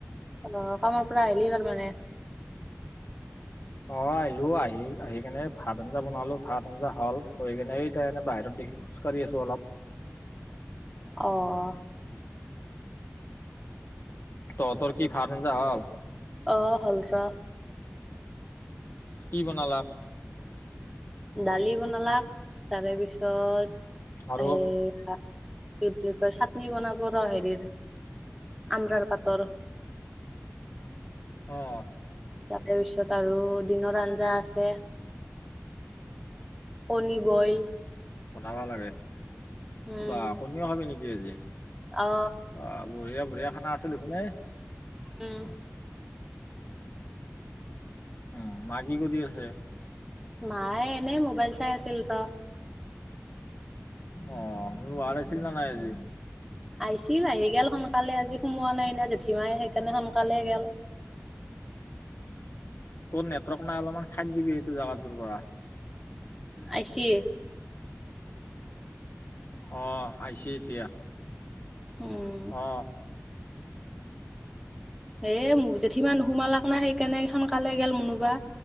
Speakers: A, in the centre; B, on the left.
A: অ, কামৰ পৰা আহিলি তাৰমানে।
B: অ আহিলো, আহি-আহি কেনে ভাত আঞ্জা বনালো, ভাত আঞ্জা হ'ল। কৰি কেনে এনে বাহিৰত দেখি। খোজ কাঢ়ি আছো অলপ।
A: অঁ
B: তহঁতোৰ কি ভাত- আঞ্জা হল?
A: অ হ'লৰো
B: কি বনালা?
A: দালি বনালাক, তাৰে পিছত
B: আৰু?
A: হে কি বুলি কয়, চাটনি বনাব ৰ হেৰিৰ আমৰাৰ পাতৰ।
B: অহ ',
A: তাৰে পিছত আৰু দিনৰ আঞ্জা আছে। কণী বইল।
B: বনাবা লাগে
A: উম
B: বা কণীও খাবি নেকি আজি?
A: অ
B: অ, বঢ়িয়া-বঢ়িয়া খানা আছে দেখোন এ।
A: উম
B: উম মা কি আছে?
A: মায়ে এনে মোবাইল চাই আছিল ৰ
B: অ ম <unintelligible> ভাল আছিল ন নাই আজি
A: আইছিল, আহি গল সোনকালে আজি, সোমোৱা নাইনা জেঠী মাই সেইকাৰণে সোনকালে গেল।
B: <unintelligible> তোৰ নেটৱৰ্ক নাই। অলপমান চাই দিবি এইটো জোগাটোৰ পৰা।
A: আছে।
B: অ আহিছে এতিয়া।
A: উম
B: অ।
A: এ জেঠি নুসুমালাক না, সেইকাৰণে এইখন কালে গেল মুনুবা।